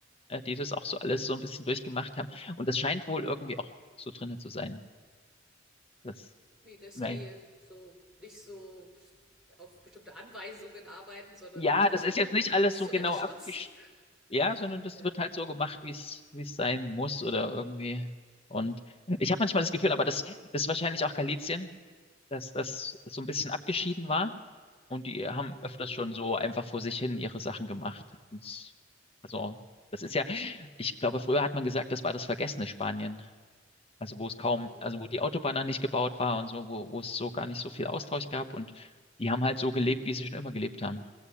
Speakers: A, on the left; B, in the centre.
A: äh, die das auch so alles so ein bisschen durchgemacht haben. Und das scheint wohl irgendwie auch so drinne zu sein. Das,
B: Wie, dass
A: nein.
B: die so nicht so auf bestimmte Anweisungen arbeiten, sondern
A: Ja,
B: sich das
A: das ist
B: immer
A: jetzt
B: so
A: nicht
B: selbst
A: alles so
B: zurechtschnitzen.
A: genau abgesch,
B: <laughs>
A: ja, sondern das
B: Ja.
A: wird halt so gemacht,
B: ja.
A: wie es, wie es sein muss oder irgendwie. Und ich habe manchmal das Gefühl, aber das, das ist wahrscheinlich auch Galizien, dass das so ein bisschen abgeschieden war Und die haben
B: Mhm.
A: öfters schon so einfach vor sich hin ihre Sachen gemacht. Und es- Also, das ist ja, ich glaube, früher hat man gesagt, das war das vergessene Spanien. Also, wo es
B: Mhm.
A: kaum, also wo die Autobahn dann nicht gebaut war und so, wo, wo es so gar nicht so viel Austausch gab. Und die haben halt so gelebt,
B: Das
A: wie
B: klingt.
A: sie schon immer gelebt haben.